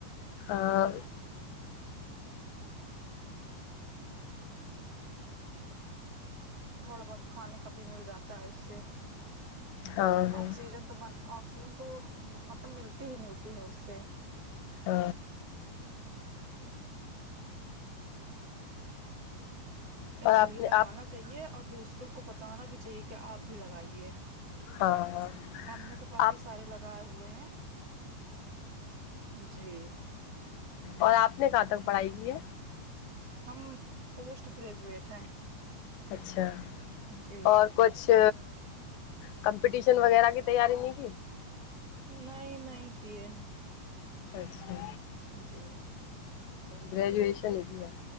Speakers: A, on the left; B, on the right.
A: ہاں
B: تھوڑا بہت کھانے کا بھی مل جاتا ہے اس سے
A: ہاں ہاں
B: آکسیجن تو من آکسیجن تو مطلب ملتی ہی ملتی ہے اس سے
A: ہ
B: اس
A: اور آپ
B: لیے لگانا
A: نے آپ
B: چاہیے اور دوسروں کو بتانا بھی چاہیے کہ آپ بھی لگائیے
A: ہاں ہاں
B: ہم نے تو کافی
A: آپ
B: سارے لگائے ہوئے ہیں جی
A: اور آپ نے کہاں تک پڑھائی کی ہے
B: ہم پوسٹ گریجویٹ ہیں
A: اچھا
B: جی
A: اور کچھ کمپٹیشن وغیرہ کی تیاری نہیں کی
B: نہیں نہیں کیے
A: اچھا
B: جی
A: گریجوشن ہی کی ہے